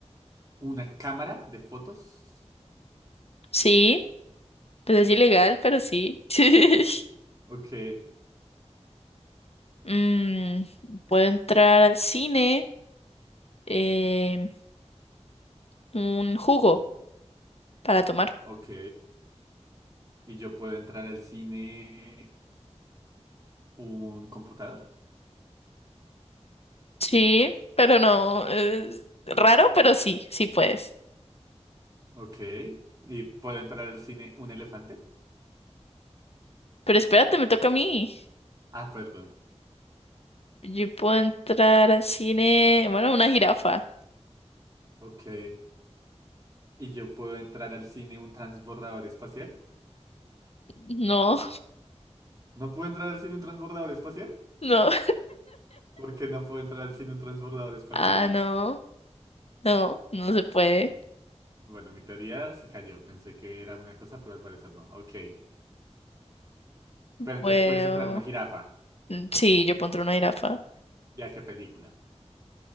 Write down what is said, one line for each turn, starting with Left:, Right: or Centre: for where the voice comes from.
Right: una cámara de fotos?
Left: Sí, pues es ilegal, pero sí. <laughs>
Right: Ok,
Left: Mm, puedo entrar al cine, eh, un jugo para tomar.
Right: ok. Y yo puedo entrar al cine. ¿Un computador?
Left: Sí, pero no. Es raro, pero sí, sí puedes.
Right: Ok. ¿Y puedo entrar al cine un elefante?
Left: Pero espérate, me toca a mí.
Right: Ah, perdón.
Left: Yo puedo entrar al cine. Bueno, una jirafa.
Right: Ok. ¿Y yo puedo entrar al cine un transbordador espacial?
Left: No,
Right: ¿No puedo entrar al cine un transbordador espacial?
Left: <laughs> no.
Right: ¿Por qué no puedo entrar al cine un transbordador espacial?
Left: Ah, no. No, no se puede.
Right: Bueno, mi teoría se cayó. Pensé que era una cosa, pero al parecer no. Ok. Pero entonces
Left: Puedo.
Right: puedes entrar una jirafa.
Left: mm, Sí, yo puedo entrar a una jirafa.
Right: ¿Y a qué película?